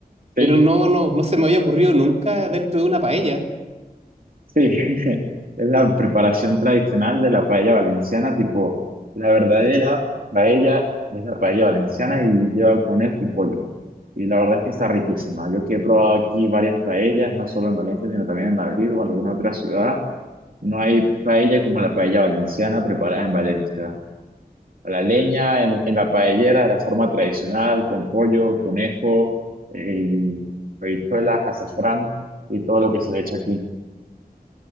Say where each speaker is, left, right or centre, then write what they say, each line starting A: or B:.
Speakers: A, on the right; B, on the right.
A: sí,
B: pero no, no, no se me había ocurrido nunca dentro de una paella
A: sí. <laughs> Es la preparación tradicional de la paella valenciana, tipo, la verdadera paella es la paella valenciana y lleva conejo y pollo. Y la verdad es que está riquísima. Yo que he probado aquí varias paellas, no solo en Valencia, sino también en Madrid o en alguna otra ciudad. No hay paella como la paella valenciana preparada en Valencia. a la leña, en, en la paellera, de la forma tradicional, con pollo, conejo, eh, y habichuelas, azafrán y todo lo que se le echa aquí.